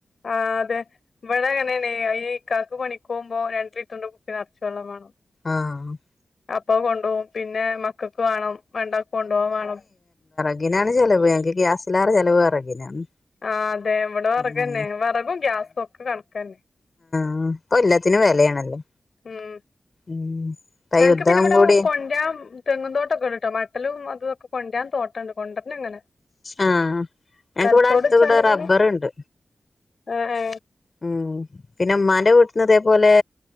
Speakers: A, on the left (about 65°); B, on the left (about 45°).
A: ആഹ് അതെ ഇവട യെന്നെനെ ആയി ഇക്കാക്ക് പണി ക്കുമ്പോ രണ്ട് ലിറ്ററിന്റെ കുപ്പി നറച്ചു വെള്ളം വേണം
B: ആഹ്
A: അപ്പോം കൊണ്ടുപോവും പിന്നെ മക്കക്ക് വേണം വേണ്ടാ കൊണ്ടുപോവം വേണം
B: ഇങ്ങനെണ് ചെലവ് എങ്കി ഗ്യാസിലാണ് ചെലവ് വെറകിനാണ്
A: ആ അതെ ഇവടെ വിറകന്നെ
B: ഉം
A: വിറകും ഗ്യാസും ഒക്കെ കണക്കന്നെ
B: ആ ഇപ്പൊ എല്ലാത്തിനും വെലയാണല്ലോ
A: ഉം
B: ഉം ഇപ്പ
A: ഞങ്ങക്ക്
B: യുദ്ധം
A: പിന്നെ ഇവിടെ
B: കൂടി
A: കൊഞ്ചാൻ മ് തെങ്ങും തോട്ടം ഒക്കെ ണ്ടുട്ടോ മട്ടലും അതൊക്കെ കൊഞ്ചാൻ തോട്ടം ഉണ്ട് കൊണ്ട പിന്നെങ്ങനെ
B: ആഹ് ഞങ്ങക്ക്
A: തലച്ചോട്ച്ചാണ്ട്
B: ഇവിടെ അടുത്ത് കൂടെ
A: ഇങ്ങനെ
B: റബ്ബറ്ണ്ട്
A: ആഏ
B: ഉം പിന്നെ ഉമ്മാന്റെ വീട്ടുന്നതേ പോലെ